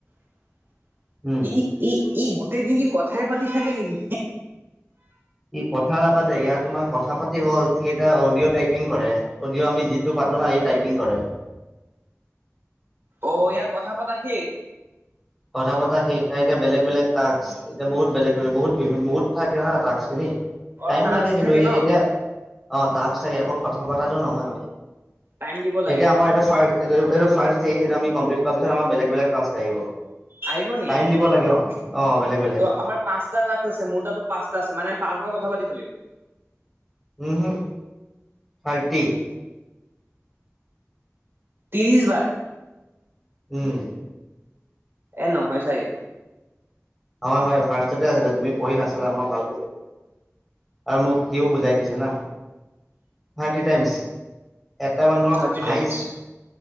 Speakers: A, on the right (about 50°); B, in the centre.
A: <unintelligible>
B: উ'ম।
A: ই, ই, ই গোটেই দিন কি কথাই পাতি থাকে নেকি?
B: ই কথা নাপাতে, ইয়াত তোমাৰ কথা পাতি হ'ল, সি এটা অডিঅ' টাইপিং কৰে। অডিঅ' আমি কথা টো পাতো ন সি টাইপিং কৰে।
A: অ' ইয়াৰ কথা পতা শেষ।
B: কথা পতা শেষ, তাৰ এতিয়া বেলেগ, বেলেগ টাস্ক। এতিয়া বহুত বেলেগ, বেলেগ বহুত বি বহুত থাকে না টাস্ক খিনি
A: অ
B: টাইম
A: টাস্ক
B: লাগে কিন্তু
A: থাকে
B: এই
A: ন
B: এতিয়া। টাস্ক থাকে অকল কথা বতাটো নহয় মানে,
A: টাইম দিব লাগে
B: এতিয়া আমাৰ এইটো ফাষ্ট এই এইটোৰ এই ফাষ্ট সেইটো কমম্পিট কৰাৰ পিছত আৰ বেলেগ বেগ কাছটা আহিব।
A: আহিব নেকি
B: টাইম দিব লাগে অ
A: ত
B: অ বেলেগ বেলেগ
A: আমাৰ। পাঁচটা তাত গৈছে, মোৰ তাতো পাঁচটা আছে মানে পাঁচ বাৰ কথা পাতিব লাগিব।
B: উ'হু, থাৰ্টি।
A: ত্ৰিশ বাৰ।
B: উ'ম।
A: এ! নহয় ছাগে।
B: হয়, হয় ফাৰ্ষ্টতে আছিল তুমি পঢ়ি নাচালা, মই ভালকে চাইছো। আৰু মোক সিও বুজাই দিছে না, থাৰ্টি টাইমছ। এটা মানুহক
A: থাৰ্টি টাইমছ
B: হাইছ